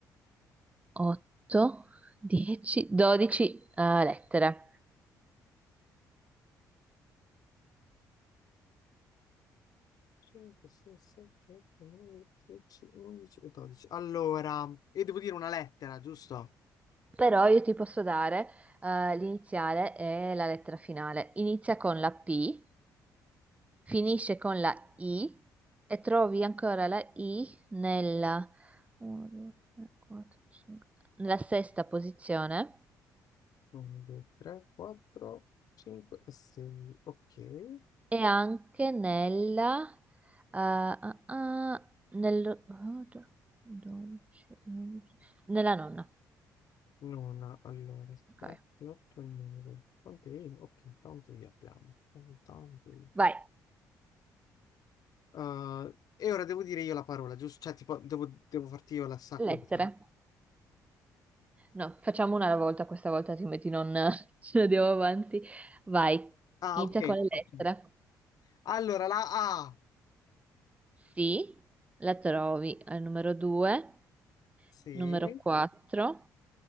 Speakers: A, on the right; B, on the left.
A: 8, 10, 12 lettere.
B: 5, 6, 7, 8, 9, 10, 11 e 12. Allora, e devo dire una lettera, giusto?
A: Però io ti posso dare eh, l'iniziale e la lettera finale. Inizia con la P, finisce con la I e trovi ancora la I nella, 1, 2, 3, 4, 5, nella sesta posizione
B: 1, 2, 3, 4, 5 e 6. Ok.
A: e anche nella, eh, ah, ah, nel, oh, do- 12, 11, nella nonna.
B: Nona, allora, 7,
A: Ok.
B: 8 e 9. Quante I? Ok, tanti li abbiamo. Tanti.
A: Vai,
B: Eh, e ora devo dire io la parola, giusto? Cioè, tipo, devo, devo farti io la sa
A: lettere.
B: cosa.
A: No, facciamo una alla volta, questa volta altrimenti non <laughs> ce ne andiamo avanti. Vai,
B: Ah,
A: inizia
B: ok,
A: con le
B: ok.
A: lettere.
B: Allora, la A.
A: Sì, la trovi al numero 2,
B: Sì.
A: numero 4